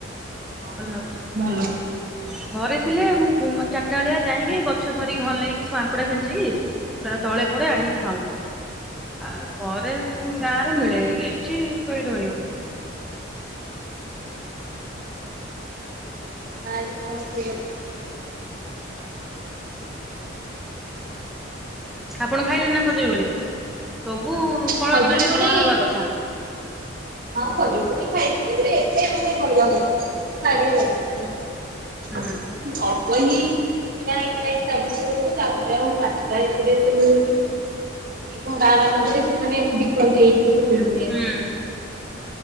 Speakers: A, in the centre; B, on the right.
A: ଭଲ
B: ହଁ
A: ଲାଗୁଚି
B: ଭଲ।
A: ଘରେ ଥିଲେ ମୁଁ ଉଁ ଚା ଟା ବେଳିଆ ଯାଇକି ଗଛ ଧରିକି ହଲେଇକି ସବୁ ଆଙ୍କୁଡା ଖେଞ୍ଚିକି ପୁରା ତଳେ ପଡେ ଆଣିକି ଖାଉ। ଆଉ ଘରେ
B: ମା
A: ଉଁ ଗାଁ ରେ ମିଳେ ଏଠି କୋଇଠି ମିଳିବ।
B: ମାଆ ଆଜି କଣ ରୋଷେଇ କରିଚନ୍ତି?
A: ଆପଣ ଖାଇଲେଣି ନା ଖଜୁରୀ କୋଳି? ସବୁ ଫଳ
B: ଖଜୁର
A: ଟିକେ ଟିକେ
B: କୋଳି
A: ନୂଆ ହବା କଥା।
B: ହଁ ଖଜୁରି କୋଳି ଖାଇଚି ଯେ ସେ ଏତେ ମାନେ ଭଲ ଲାଗୁ ନଥିଲା। ଖାରିଆ ଲାଗୁଥିଲା ମିଠା ଲାଗୁଥିଲା
A: ହୁଁ
B: ହୁଁ ଅଳ୍ପ ହି ନାଇଁ କାଇଁ ସାବିତ୍ରୀ ବେଳୁକୁ ତାପରେ ଆଉ ପାଚିଲା ଏପଟେ ଏତେ ମିଳୁନି। ଏ କୋଉ ଗାଁ ମାନଙ୍କରେ ସେମାନେ ବିକନ୍ତି ଏଇଠି ତ ମିଳୁନି
A: ହୁଁ।
B: ଏତେ।